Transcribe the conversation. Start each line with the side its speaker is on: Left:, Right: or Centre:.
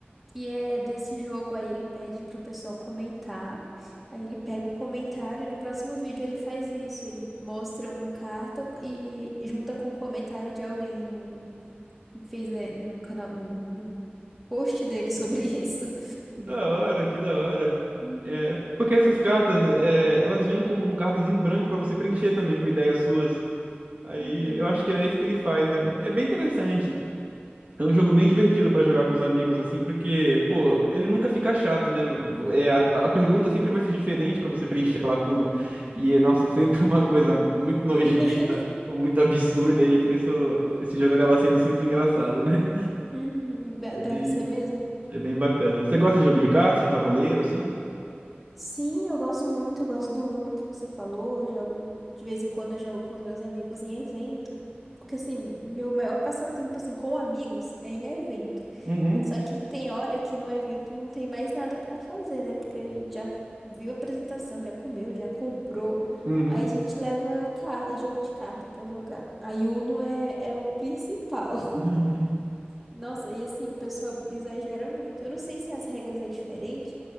Centre: que é desse jogo. Aí ele pede pro pessoal comentar. Aí ele pega o comentário e no próximo vídeo ele faz isso. Ele mostra uma carta e junta com o comentário de alguém no, que fez, né, no canal, no, no post dele sobre <laughs> isso.
Right: Que da hora, que da hora.
Centre: Uhum,
Right: É, porque essas cartas, é, elas vêm com cartas em branco pra você preencher também com ideias suas. Aí
Centre: uhum,
Right: eu acho que é isso que ele faz. Deve- É bem interessante. É um jogo bem divertido
Centre: uhum.
Right: pra jogar com os amigos, assim, porque, pô, ele nunca fica chato, né? É, a, a pergunta sempre vai ser diferente pra você preencher a lacuna. E, é, nossa, é sempre uma coisa muito nojenta
Centre: <laughs>
Right: ou muito absurda, e por isso esse jogo acaba sendo sempre engraçado, né?
Centre: Uhum, de-
Right: É
Centre: Deve
Right: bem,
Centre: ser mesmo.
Right: é bem bacana. Você gosta de jogo de cartas, de tabuleiro, assim?
Centre: Sim, eu gosto muito, eu gosto do Uno que você falou, eu jogo de vez em quando eu jogo com os meus amigos em evento, porque assim, meu maior passatempo assim com amigos é em evento.
Right: Uhum,
Centre: Só que tem hora que no evento não tem mais nada pra fazer, né? Porque a gente já viu a apresentação, já comeu, já comprou.
Right: uhum.
Centre: Aí a gente leva car- jogo de carta pra jogar. Aí Uno é, é o principal.
Right: <laughs>
Centre: Nossa, e assim, o pessoal exagera muito. Eu não sei se as regras é diferente,